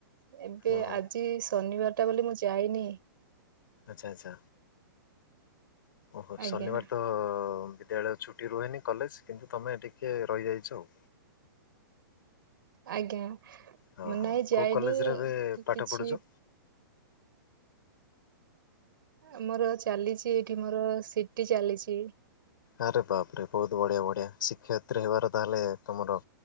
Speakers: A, on the right (about 70°); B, on the left (about 65°).
A: ଏବେ
B: ଓହୋ
A: ଆଜି ଶନିବାର ଟା ବୋଲି ମୁଁ ଯାଇନି।
B: ଆଛା ଆଛା ଓହୋ
A: ଆଜ୍ଞା
B: ଶନିବାର ତ ଦେ ବେଳ ଛୁଟି ରୁହେନି କଲେଜ କିନ୍ତୁ ତମେ ଟିକେ ରହିଯାଇଛ ଆଉ।
A: ଆଜ୍ଞା।
B: ହଁ
A: ମୁଁ
B: ହଁ
A: ନାଇଁ ଯାଇନି।
B: କୋଉଁ କଲେଜରେ ଏବେ
A: କି-
B: ପାଠ
A: କିଛି
B: ପଢୁଛ?
A: ଆ ମୋର ଚାଲିଛି ଏଇଠି ମୋର ସିଟି ଚାଲିଛି।
B: ଆରେ ବାପରେ ବହୁତ ବଢିଆ ବଢିଆ ଶିକ୍ଷୟତ୍ରୀ ହେବାର ତାହେଲେ ତମର